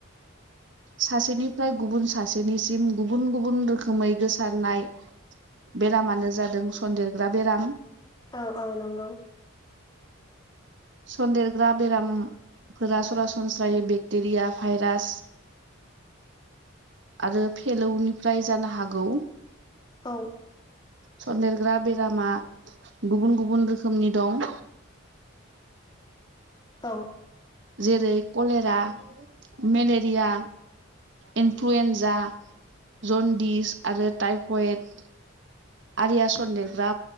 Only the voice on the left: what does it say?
औ औ नंगौ
औ
औ